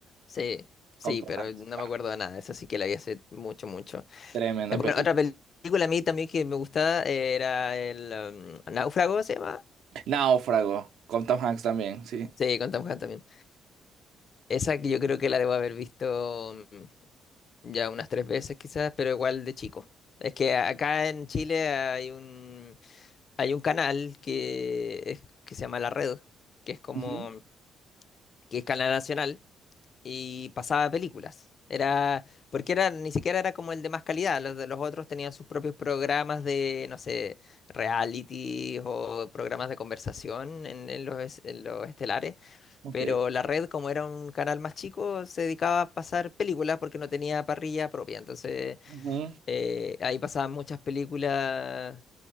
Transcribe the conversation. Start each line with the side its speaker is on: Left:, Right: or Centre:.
Left: Sí, sí,
Right: Con Tom
Left: pero
Right: Hanks
Left: no
Right: también.
Left: me acuerdo de nada. Esa sí que la vi hace mucho, mucho.
Right: Tremenda
Left: Eh, Bueno,
Right: película.
Left: otra película a mí también que me gustaba era el um, Náufrago, ¿se llama?
Right: Náufrago, con Tom Hanks también, sí.
Left: Sí, con Tom Hanks también. Esa que yo creo que la debo haber visto mm, ya unas tres veces quizás, pero igual de chico. Es que a- acá en Chile hay un hay un canal que es- que se llama La Red, que es como
Right: Ujú,
Left: que es canal nacional y pasaba películas. Era, porque era, ni siquiera era como el de más calidad, los de los otros tenían sus propios programas de, no sé, reality o programas de conversación en, en los, es- en los estelares,
Right: Ok.
Left: pero la red, como era un canal más chico, se dedicaba a pasar películas porque no tenía parrilla propia, entonces
Right: Ujú.
Left: eh, ahí pasaban muchas películas,